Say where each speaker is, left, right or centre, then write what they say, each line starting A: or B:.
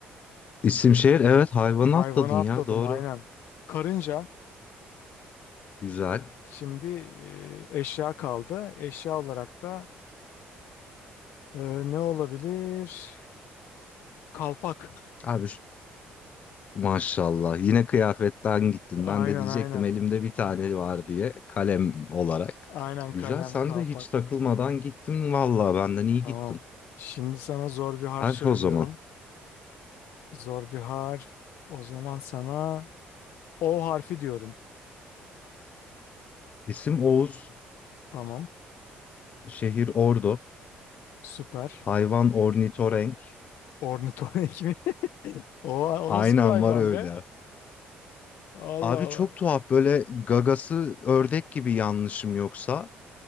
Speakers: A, on the left; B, on the left.
A: İsim şehir. Evet hayvanı
B: Hayvanı
A: atladın
B: atladım
A: ya. Doğru.
B: aynen. Karınca.
A: Güzel.
B: Şimdi e, eşya kaldı. Eşya olarak da e, ne olabilir? Kalpak.
A: Abi ş- maşallah. Yine kıyafetten gittin.
B: Aynen
A: Ben de diyecektim
B: aynen.
A: elimde bir tane var diye. Kalem olarak.
B: Aynen
A: Güzel.
B: kalem
A: Sen
B: kalpak.
A: de hiç takılmadan gittin. Vallahi benden iyi
B: Tamam.
A: gittin.
B: Şimdi sana zor bir harf
A: Harf
B: söylüyorum.
A: o zaman.
B: Zor bir harf. O zaman sana O harfi diyorum.
A: İsim Oğuz.
B: Tamam.
A: Şehir Ordu.
B: Süper.
A: Hayvan ornitorenk.
B: Ornitorenk mi? <laughs> O, o
A: Aynen
B: nasıl bir hayvan
A: var öyle.
B: be? Allah
A: Abi
B: Allah.
A: çok tuhaf böyle gagası ördek gibi yanlışım yoksa.